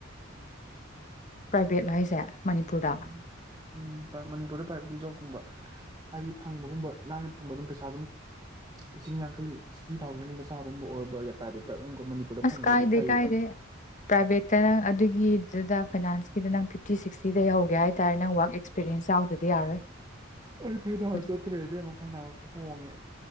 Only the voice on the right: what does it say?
<inaudible>
ꯎ ꯎꯝ ꯃꯅꯤꯄꯨꯔ ꯄꯥꯏꯕꯤ ꯨꯝꯕ ꯍꯥꯏꯗꯤ ꯐꯪꯕꯒꯨꯝꯕ ꯂꯥꯏꯅ ꯐꯪꯕ ꯑꯗꯨꯝ ꯄꯩꯁꯥ ꯑꯗꯨꯝ ꯂꯤꯁꯤꯡ ꯌꯥꯡꯈꯩ ꯁꯤꯛꯁꯇꯤ ꯊꯥꯎꯖꯟꯒꯨꯝꯕ ꯆꯥꯕꯒꯨꯝꯕ ꯑꯣꯏꯕ ꯄ꯭ꯔꯥꯏꯚꯦꯠꯇ ꯑꯗꯨꯝ ꯃꯅꯤꯄꯨꯔꯗ
ꯐꯪꯉꯒꯗꯤ
ꯐꯩꯌꯦ
ꯑꯩ ꯐꯥꯏꯅꯥꯟꯁ
ꯆꯠꯇ꯭ꯔꯦ ꯏꯕꯦꯝꯃ ꯐꯥꯏꯅꯥꯟꯁꯇ ꯍꯣꯡꯉꯦ ꯑꯩ